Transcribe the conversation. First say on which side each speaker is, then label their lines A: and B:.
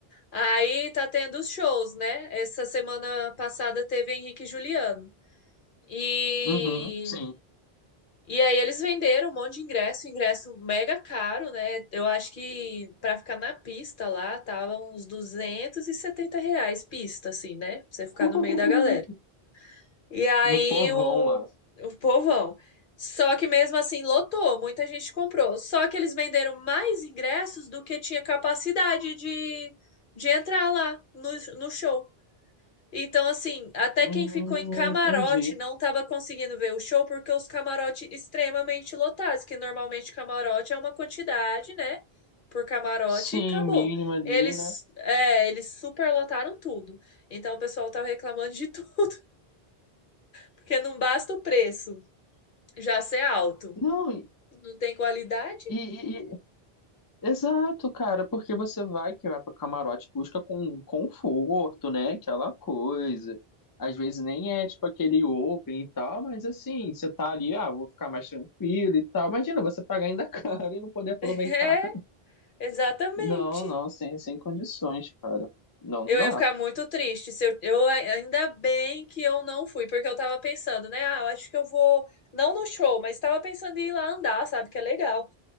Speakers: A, on the left (about 55°); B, on the left (about 35°).
A: Aí tá tendo os shows, né? Essa semana passada teve Henrique e Juliano. E,
B: Uhum, sim.
A: e aí eles venderam um monte de ingresso, ingresso mega caro, né? Eu acho que pra ficar na pista lá tava uns 270 reais pista, assim, né? Pra você ficar
B: <laughs>
A: no meio da galera. E aí
B: No povão
A: o,
B: lá.
A: o povão. Só que mesmo assim lotou, muita gente comprou. Só que eles venderam mais ingressos do que tinha capacidade de, de entrar lá no, no show. Então, assim, até
B: Hum,
A: quem ficou em camarote
B: entendi.
A: não estava conseguindo ver o show porque os camarotes extremamente lotados, que normalmente camarote é uma quantidade, né? Por camarote
B: Sim,
A: e acabou.
B: mínimo ali,
A: Eles,
B: né?
A: é, eles superlotaram tudo. Então, o pessoal tava reclamando de <laughs> tudo. Porque não basta o preço já ser alto.
B: Não, e,
A: Não tem qualidade? <laughs>
B: e, Exato, cara, porque você vai que vai para camarote busca com conforto, né? Aquela coisa. Às vezes nem é tipo aquele open e tal, mas assim, você tá ali, ah, vou ficar mais tranquilo e tal. Imagina você pagar ainda <laughs> caro e não poder aproveitar.
A: É, exatamente.
B: Não, não, sem, sem condições, cara. Não
A: Eu
B: dá.
A: ia ficar muito triste se eu, eu ai- ainda bem que eu não fui, porque eu tava pensando, né? Ah, eu acho que eu vou não no show, mas tava pensando em ir lá andar, sabe? Que é legal.